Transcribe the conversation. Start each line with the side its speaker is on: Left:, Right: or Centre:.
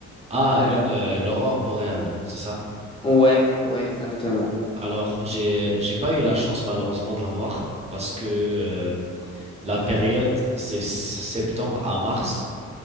Right: Ah,
Left: Euh,
Right: une euh, l'aurore boréale, c'est ça?
Left: ouais, ouais, exactement.
Right: Alors j'ai j'ai pas eu la chance malheureusement de la voir parce que euh, La période, c'est s- septembre à mars